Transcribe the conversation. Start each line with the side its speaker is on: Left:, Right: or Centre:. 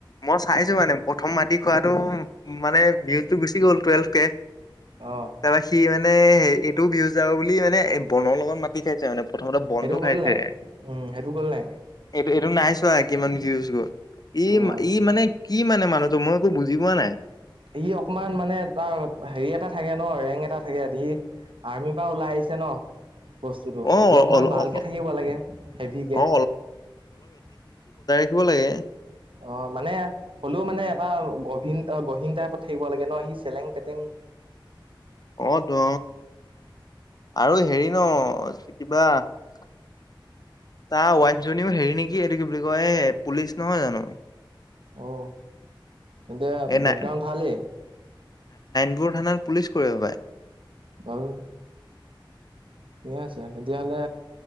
Left: মই চাইছো মানে প্ৰথম মাটি খোৱাতটো মানে ভজটো গুচি গ'ল টুৱেলভ কে।
Right: অ
Left: তাৰপৰা সি মানে সে এইটো ভিউজ যাব বুলি মানে বনৰ লগত মাতি খাইছে মানে। প্ৰথমতে বনটো
Right: সেইটো
Left: খাইছে।
Right: গ'ল নাই উম সেইটো গ'ল নাই
Left: এইটো নাই চোৱা কিমান ভিউজ গল ই-ই
Right: অ
Left: মানে কি মানে মানুহটো মই একো বুজি পোৱা নাই
Right: সি অকমান মানে তাৰ হেৰি এটা থাকে ন ৰেং এটা থাকে সি। আৰ্মিৰ পৰা ওলাই আহিছে ন। বস্তুটো
Left: অ
Right: সি
Left: অ
Right: অকণমান
Left: অ
Right: ভালকৈ
Left: অ
Right: থাকিব লাগে হেভিকে।
Left: অ থাকিব লাগে।
Right: অ' মানে হ'লেও মানে এটা গভিন গভীন টাইপত থাকিব লাগে ন সি চেলেং-পেতেং
Left: অ' তো আৰু হেৰি ন কিবা তাৰ ৱাইফ জনীও হেৰি নেকি এইটো কি বুলি কয় এ পুলিচ নহয় জানো
Right: অ তেন্তে
Left: এই
Right: বেকগ্ৰাউণ্ড
Left: নাই
Right: ভালেই
Left: তোৰ থানাত পুলিচ কৰে সপাই
Right: আহ ঠিক আছে তেতিয়াহলে